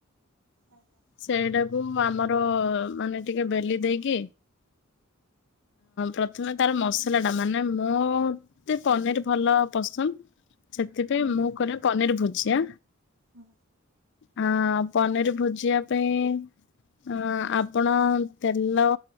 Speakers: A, on the right; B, on the left.
A: ଆଜ୍ଞା
B: ସେଇଟାକୁ ଆମର ମାନେ ଟିକେ ବେଲି ଦେଇକି କେ, ପ୍ରଥମେ ତାର ମସଲାଟା ମାନେ ମୋ ମତେ ପନିର ଭଲ ପସନ୍ଦ, ସେଥିପାଇଁ
A: ହୁଁ।
B: ମୁଁ କରେ ପନିର ଭୁଜିଆ।
A: ହୁଁ
B: ହଁ ପନିର ଭୁଜିଆ ପାଇଁ ଅ ଆପଣ ତେଲ